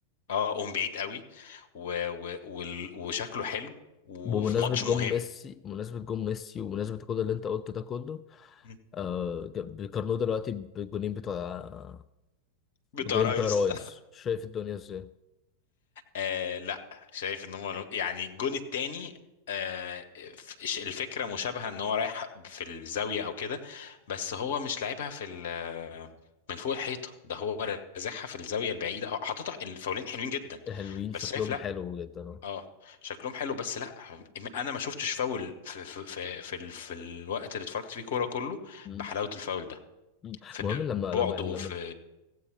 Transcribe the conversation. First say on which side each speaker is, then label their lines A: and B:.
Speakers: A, on the left; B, on the left.
A: اه قوم بعيد قوي و... و... وال- وشكله حلو وفي
B: بمناسبة
A: ماتش
B: جون
A: مهم
B: ميسي بمناسبة جون ميسي ومناسبة كل اللي انت قلته ده كله
A: <laughs>
B: آه ج- بيقارنوه دلوقتي بالجونين بتوع
A: بتاع
B: بالجونين
A: رايس
B: بتوع رايس شايف الدنيا ازاي
A: آه لا شايف ان هم يعني الجون التاني آه ف- الفكره مشابهه ان هو رايح في الزاويه او كده بس هو مش لعبها في ال- من فوق الحيطه ده هو رازعها في الزاويه البعيده هو حاططها الفاولين حلوين جدا
B: حلوين شكلهم
A: بس شايف لا
B: حلو جدا اه
A: اه شكلهم حلو بس لا انا ما شفتش فاول في في في في, ال- في الوقت اللي اتفرجت فيه كوره كله
B: مم.
A: بحلاوه الفاول ده
B: مم.
A: في
B: مهم لما
A: بعده
B: لما لما
A: في